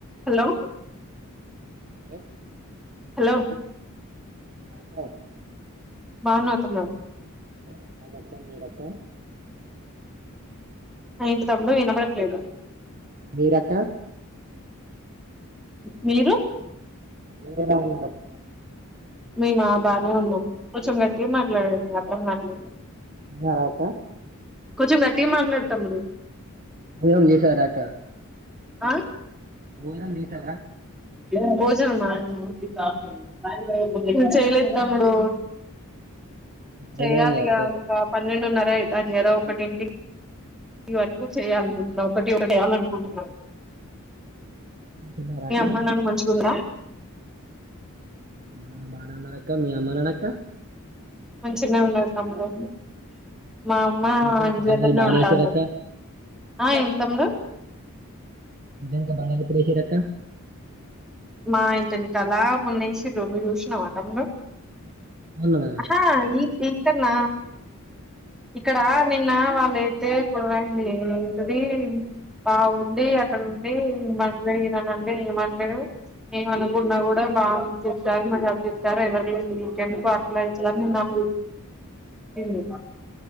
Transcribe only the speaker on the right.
హఓ
ఆ కా
హు కనక నీడన్ పో
మీరక్క
మీరెలా ఉన్నారక్క
తిన్నారా క
మం చేస డాట
బోయరం దసార
టైం అయింది అక్క
తిన్నారా
అక్క
అమ్మా నాన్న బాగానే ఉన్నాడు అక్క మీ అమ్మ నాన్నాక్క
నిజానికి
బండలు
బానే
ఏసిరక్క
ఇంట్లో ఇంకా బండలు ఎప్పుడూ ఎస్సిర్రు అక్క
మొన్ననా